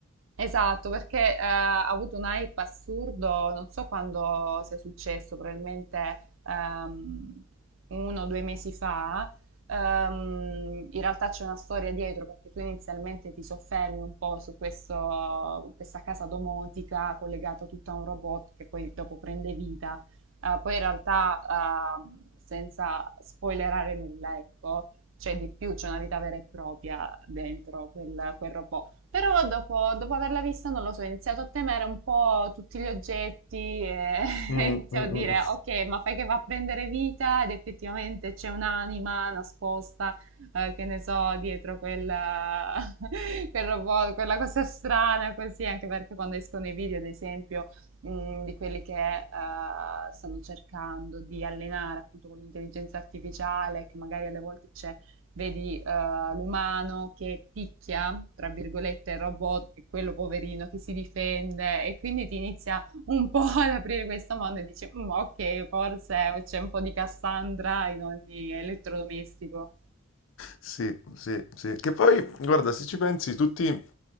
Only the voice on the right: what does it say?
Esatto, perché eh, ha avuto un hype assurdo, non so quando sia successo, probabilmente ehm, uno o due mesi fa. Ehm, in realtà c'è una storia dietro perché tu inizialmente ti soffermi un po' su questo- questa casa domotica collegata tutta a un robot che poi dopo prende vita. Eh, poi in realtà, ehm, senza spoilerare nulla, ecco, c'è di più, c'è una vita vera e propria dentro quel quel robot però dopo, dopo averla vista, non lo so, ho iniziato a temere un po' tutti gli oggetti e
<laughs> iniziavo
a dire,
ok, ma fai che va a prendere vita ed effettivamente c'è un'anima nascosta, eh, che ne so, dietro quella, <laughs> quel robot, quella cosa strana così, anche perché quando escono i video, ad esempio, mh, di quelli che eh, stanno cercando di allenare appunto con l'intelligenza artificiale, che magari alle volte c'è Vedi, eh, l'umano che picchia, tra virgolette, il robot e quello poverino che si difende e quindi ti inizia un po' <laughs> ad aprire questo mondo e dici, "Mm, ok, forse c'è un po' di Cassandra in ogni elettrodomestico.